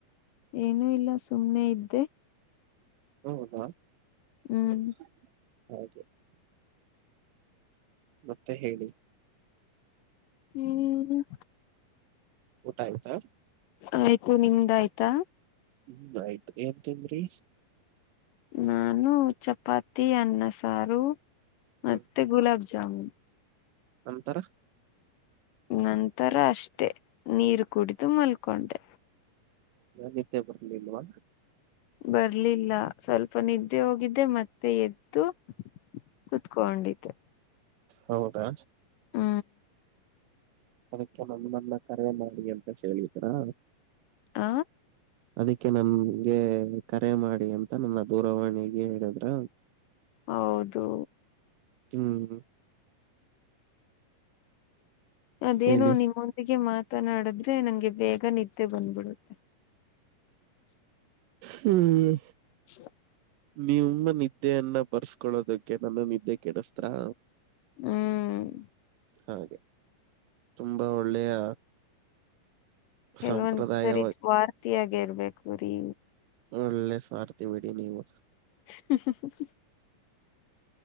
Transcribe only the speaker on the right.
ಹ್ಮ್ ಹಾ
<unintelligible> ಮತ್ತೆ ಹೇಳಿ.
ಊಟ ಆಯ್ತಾ
ಹ್ಮ್ ಆಯ್ತು ಏನ್ ತಿಂದ್ರಿ.
ಹ್ಮ್
ನಂತರ.
ನಿದ್ದೆ ಬಂದಿಲ್ವ.
ಹೌದಾ
ಅದಕ್ಕೆ ನಮ್ಮನ್ನ ಕರೆವೆ ಮಾಡಿ ಅಂತ ಹೇಳಿದರಾ.
ಅದಕ್ಕೆ ನನ್ಗೆ ಕರೆ ಮಾಡಿ ಅಂತ ನನ್ನ ದೂರವಾಣಿಗೆ ಹೇಳಿದ್ರ.
ಹ್ಮ್
ಹೇಳಿ
ಹ್ಮ್
ನಿಮ್ಮ ನಿದ್ದೆಯನ್ನ ಬರಸ್ಕೊಳ್ಳೋದಕ್ಕೆ ನನ್ನ ನಿದ್ದೆ ಕೆಡ್ಸಿದ್ರಾ.
ಹಾಗೆ ತುಂಬಾ ಒಳ್ಳೆಯ
ಸಂಪ್ರದಾಯ
ಒಳ್ಳೆ ಸ್ವಾರ್ಥಿ ಬಿಡಿ ನೀವು.